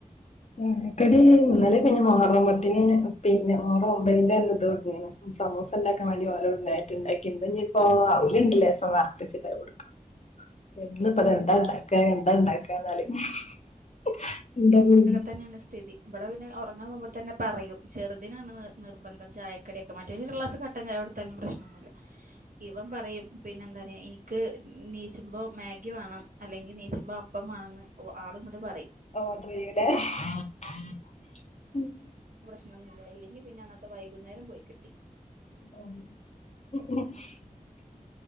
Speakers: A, on the left (about 50°); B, on the right (about 70°).
A: ചായക്കടി ഇന്നലെ പിന്നെ മൊഹറം പത്തിന് പിന്നെ മൊഹറം ഒമ്പതിന്റെ അന്ന് ഇത് <unintelligible> സമൂസ ഇണ്ടാക്കൻ വേണ്ടി ഓലവിടുന്നു നേരത്തെ ഇണ്ടാക്കി, ഇന്ന് ഇപ്പോ ഔല്ണ്ട് ലേസം വർത്തെച്ചിട്ട് അത് കൊടുക്കാ. <inaudible> ഇന്നിപ്പ ത എന്താ
B: ഇവിടെ
A: ഇണ്ടാക്കാ
B: ഉണ്ടാക്ക
A: എന്താ ഇണ്ടാക്കാന്ന് <unintelligible>
B: തന്ന്യാണ് സ്ഥിതി ഇബട പിന്നെ <unintelligible> ഉറങ്ങാ പോകുമ്പതന്നെ പറയും ചെറുതിനാണ് നി നിർബന്ധം ചായക്കടിയൊക്കെ, മറ്റേന് ഒരു ഗ്ലാസ്‌ കട്ടൻ ചായ കൊടുത്താലും പ്രശ്നൊന്നൂല്ല. ഇവൻ പറയും പിന്നെ എന്താണ്‌ എനിക്ക് നീച്ച്മ്പോ മാഗ് ക്ക് വാണം അല്ലെങ്കി നീച്ചുമ്പോ അപ്പം വാണംന്ന് ഒ ആള് ഇങ്ങട് പ
A: <unintelligible> മ്
B: <unintelligible> ഒന്നുല്ല എല്ലെങ്കി പിന്നെ അന്നത്തെ വൈകുന്നേരം പോയി കിട്ടി.
A: <unintelligible>